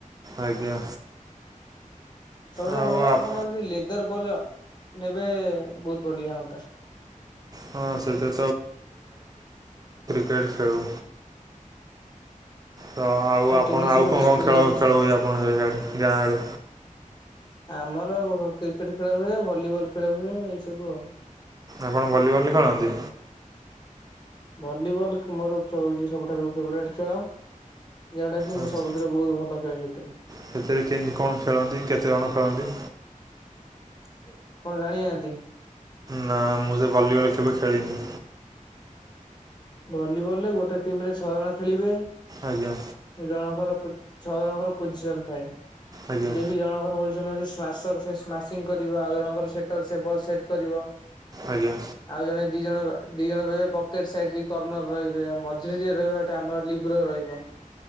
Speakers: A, on the right (about 25°); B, on the left (about 30°).
A: ଆଜ୍ଞା
B: ସବୁଠାରୁ
A: ଆଉ
B: ଭଲ
A: ଆପ
B: ଆପଣ ଯଡି ଲେଦର ବଲ ନେବେ ବହୁତ ବଢିଆ ହୁଅନ୍ତା।
A: ହଁ ସେଥିରେ ଫେରେ ଖେଳୁ। ତ ଆଉ ଆପଣ
B: ଟେନିସ
A: ଆଉ
B: ବଲରେ
A: କଣ କଣ
B: ଖେଳିଲେ
A: ଖେଳ
B: କିଛି
A: ଖେଳ ହୁଏ ଆପଣ ସେ ଆଡେ ଗାଁ ଆଡେ?
B: ଆମର କ୍ରିକେଟ ଖେଳ ହୁଏ ଭଲିବଲ ଖେଳ ହୁଏ ଏଇ ସବୁ ଆଉ।
A: ଆପଣ ଭଲିବଲ୍ ଖେଳନ୍ତି
B: ଭଲିବଲ ମୋର ହୋଉଛି ସବୁଠାରୁ ଫେବରାଇଟ୍ ଖେଳ ଯେଉଟା କି
A: ଆଚ୍ଛା
B: ମୁଁ ସବୁଥିରେ ବହୁତ ଭଲ ଖେଳେ ସେଥିରେ।
A: ସେଥିରେ କେମିତି କଣ ଖେଳନ୍ତି କେତେ ଜଣ ଖେଳନ୍ତି?
B: ଆପଣ ଜାଣିନାହାନ୍ତି?
A: ନା ମୁଁ ସେ ଭଲିବଲ୍ କେବେ ଖେଳିନି।
B: ଭଲିବଲ୍ ରେ ଗୋଟେ ଟିମ୍ ରେ ଛଅ ଜଣ ଖେଳିବେ।
A: ଆଜ୍ଞା
B: ରଫର ଫୁ ଛଅ ଜଣଙ୍କର ପୋଜିସନ୍ ଥାଏ।
A: ଆଜ୍ଞା
B: ଯିଏ କିି ଜଣଙ୍କର ପୋଜିସନ୍ ହଉଚି ସି ମାସର ସେ ସ୍ମାସିଙ୍ଗ କରିବ। ଆଉ ଜଣଙ୍କର ସେଟର ସେ ବଲ ସେଟ୍ କରିବ।
A: ଆଜ୍ଞା
B: ଆଉ ଜଣେ ଦି ଜଣ ର-ଦି ଜଣ ରହିବେ ପକେଟ୍ ସାଇଡ୍। କର୍ଣ୍ଣର୍ ରହିବେ ମଝିରେ ଯିଏ ରହିବ ସେଟା ଆମର ଲିବ୍ ର ରହିବ।